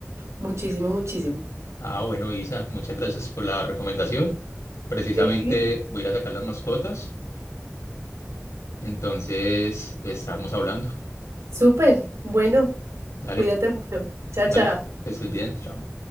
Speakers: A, on the right; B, on the left.
A: muchísimo, muchísimo.
B: Ah, bueno, Isa, muchas gracias por la recomendación. Precisamente
A: Sí.
B: voy a ir a sacar las mascotas, entonces estamos hablando.
A: Súper, bueno,
B: Dale,
A: cuídate mucho. Chao,
B: dale,
A: chao.
B: que estés bien. Chao.